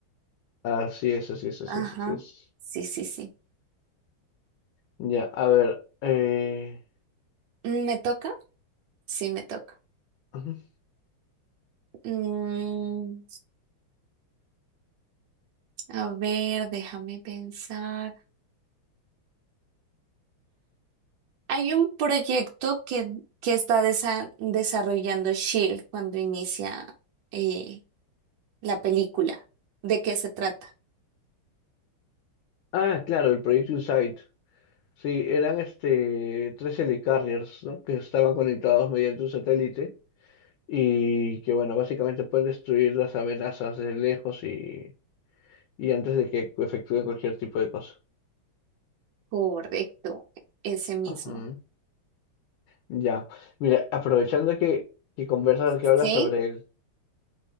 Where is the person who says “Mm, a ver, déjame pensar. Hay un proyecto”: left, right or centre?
Right